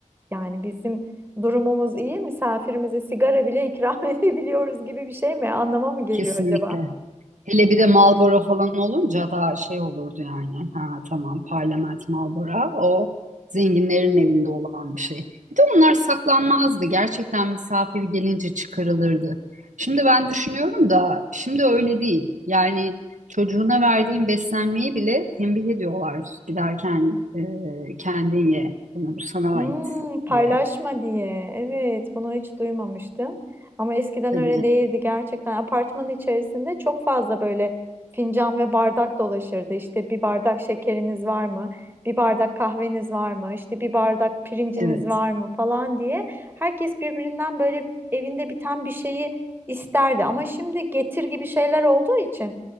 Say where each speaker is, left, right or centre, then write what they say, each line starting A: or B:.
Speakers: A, on the right; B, on the right.
A: Yani bizim durumumuz iyi, misafirimize sigara bile ikram <laughs> edebiliyoruz gibi bir şey mi? Anlama mı geliyor
B: Kesinlikle.
A: acaba?
B: Hele bir de Marlboro falan olunca daha şey olurdu yani. Ha tamam parlament Marlboro o zenginlerin evinde olan bir şey. Bir de onlar saklanmazdı. Gerçekten misafir gelince çıkarılırdı. Şimdi ben düşünüyorum da şimdi öyle değil. Yani çocuğuna verdiğin beslenmeyi bile tembih ediyorlar giderken e, kendin ye. Bunu bu sana
A: Hmm,
B: ait
A: paylaşma
B: diye.
A: diye. Evet, bunu hiç duymamıştım. Ama eskiden
B: Tabii
A: öyle değildi gerçekten. Apartmanın içerisinde çok fazla böyle fincan ve bardak dolaşırdı. İşte bir bardak şekeriniz var mı? Bir bardak kahveniz var mı? İşte bir bardak pirinciniz
B: evet.
A: var mı falan diye. Herkes birbirinden böyle evinde biten bir şeyi isterdi. Ama şimdi getir gibi şeyler olduğu için